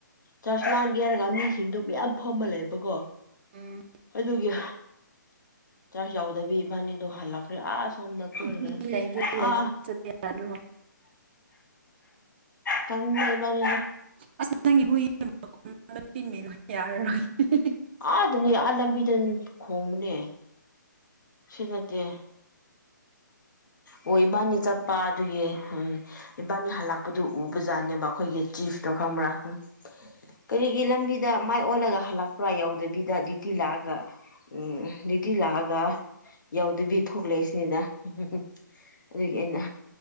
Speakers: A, on the left; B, on the right.
A: ꯆꯔꯆ ꯂ ꯌꯦꯔꯒꯥꯃꯤꯨꯁꯤꯡꯗꯣ ꯃꯌꯥꯝ ꯐꯝꯃ ꯂꯩꯕꯀꯣ
B: ꯎꯝ
A: ꯑꯗꯨꯒꯤ ꯆꯥꯛ ꯆꯥꯎꯎꯗꯕꯤ ꯏꯕꯥꯅꯤꯗꯣ ꯍꯜꯂꯛꯈ꯭ꯔꯦ ꯑꯥꯁꯁ ꯁꯗ ꯀꯔ
B: ꯃꯤ ꯂꯩꯒꯦ ꯂꯩꯁꯨ
A: ꯑ
B: ꯆꯠꯄ ꯌꯥꯗ꯭ꯔꯣ
A: ꯀꯕꯅꯤꯒ
B: ꯑꯁ ꯅꯪꯒꯤ ꯍꯨꯏꯤꯟ ꯌꯥꯔꯔꯣꯏ <unintelligible>
A: ꯑꯗꯅꯤ ꯑ ꯂꯝꯕꯤꯗ ꯈꯣꯕꯅꯦ ꯁꯤ ꯅꯠꯇꯦ ꯑꯣ ꯏꯕꯥꯅꯤ ꯆꯠꯄ ꯑꯗꯨꯒꯤ ꯏꯕꯥꯅꯤ ꯍꯜꯂꯛꯄꯗꯨ ꯎꯕꯖꯥꯠꯅꯦꯕ ꯑꯩꯈꯣꯏꯒꯤ ꯆꯤꯐ ꯈꯪꯕ꯭ꯔꯥ ꯀꯔꯤꯒꯤ ꯂꯝꯕꯤꯗ ꯃꯥꯏ ꯑꯣꯜꯂꯒ ꯍꯜꯂꯛꯄ꯭ꯔꯥ ꯌꯥꯎꯗꯕꯤꯗ ꯗ꯭ꯌꯨꯇꯤ ꯂꯑꯒ ꯎ ꯗ꯭ꯌꯨꯇꯤ ꯂꯥꯛꯑꯒ ꯌꯥꯎꯗꯕꯤ ꯊꯣꯛꯂꯛꯏꯁꯤꯅꯤꯅ ꯎꯝ ꯑꯗꯨꯒꯤ ꯑꯩꯅ